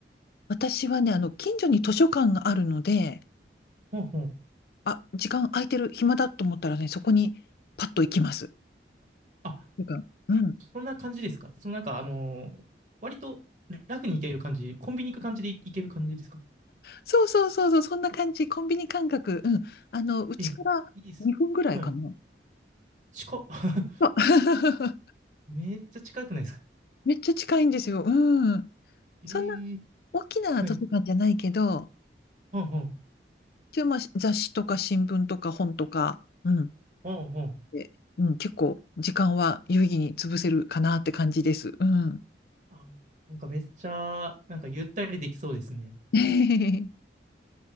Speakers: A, on the left (about 55°); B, on the right (about 45°).
A: 私はね、あの、近所に図書館があるので、
B: ほんほん。
A: あ、時間空いてる、暇だと思ったらね、そこにパッと行きます。図
B: あ、
A: 書館うん。
B: そんな感じですかそのなんか、あのー割と楽に行ける感じ、コンビニ行く感じで行ける感じですか
A: そうそうそうそう、そんな感じ。コンビニ感覚。うん。あの、うちから2分ぐらいかな。
B: え、いいっす。はい。近っ。<laughs>
A: あ <laughs>
B: めっちゃ近くないですか
A: めっちゃ近いんですよ。うん。
B: えー、
A: そんな大きな図書館じゃないけど、
B: はい。ほんほん。
A: 一応まあ雑誌とか新聞とか本とか、うん。
B: ほんほん。
A: で、うん、結構時間は有意義に潰せるかなって感じです。うん。
B: あ、なんかめっちゃ、なんかゆったりできそうですね。
A: <laughs> うん